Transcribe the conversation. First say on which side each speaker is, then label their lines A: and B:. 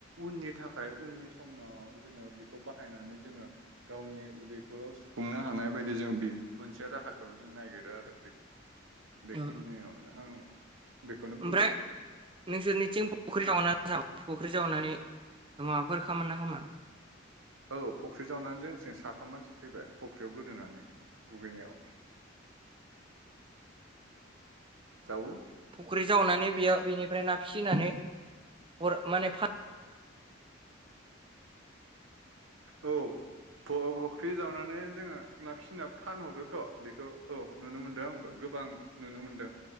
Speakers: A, on the right; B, on the right.
A: उननि थाखाय उननि समनाव जोंङो बेखौ बाहायनानै जोंङो गावनि उदैखौ सुफुंनो हानाय बायदि जों मोनसे राहाखौ जों ननायागिरो आरो बेखिनियावनो
B: औ
A: आं बेखौनो बुंदों
B: ओमफ्राय नोंसोरनिथिं फख्रि जावनानै फख्रि जावनानै माबाफोर खामो ना खामा
A: औ फख्रि जावनानै जोंं साथाम मानसि थैबाय फख्रियाव गोदोनानै दुगैनायाव जावो
B: फुख्रि जावनानै बेयाव बेनिफ्राय ना फिसिनानै हर माने फा
A: औ फुख्रि जावनानै जोङो ना फिसिना फानहरोथ' बेखौ औ नुनो मोनदों आंबो गोबां नुनो मोनदों